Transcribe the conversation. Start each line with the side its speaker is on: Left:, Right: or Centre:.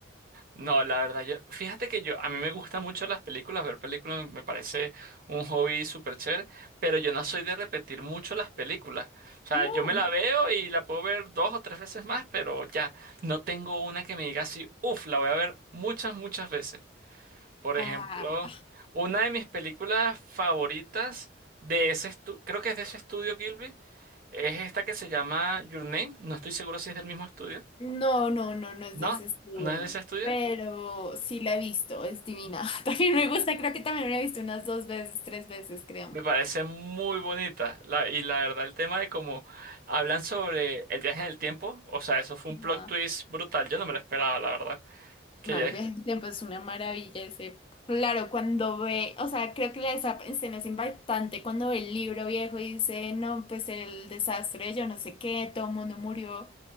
Right: No, la verdad, yo, fíjate que yo, a mí me gustan mucho las películas, ver películas me parece un hobby súper chévere, pero yo no soy de repetir mucho las películas. O sea,
Left: No.
Right: yo me la veo y la puedo ver dos o tres veces más, pero ya, no tengo una que me diga así, uff, la voy a ver muchas, muchas veces. Por
Left: Ah.
Right: ejemplo, una de mis películas favoritas de ese estudio, creo que es de ese estudio Gilby, es esta que se llama Your Name, no estoy seguro si es del mismo estudio.
Left: No, no, no, no es
Right: No,
Left: de ese estudio,
Right: no es de ese estudio.
Left: pero sí la he visto, es divina. <laughs> También me gusta, creo que también la he visto unas dos veces, tres veces, creo.
Right: Me parece muy bonita. La, y la verdad, el tema de cómo hablan sobre el viaje en el tiempo, o sea, eso fue un plot
Left: Ajá.
Right: twist brutal. Yo no me lo esperaba, la verdad. Que
Left: No,
Right: ya,
Left: el viaje del tiempo es una maravilla ese. Claro, cuando ve, o sea, creo que la esa escena es impactante cuando ve el libro viejo y dice, no, pues el desastre, yo no sé qué, todo el mundo murió.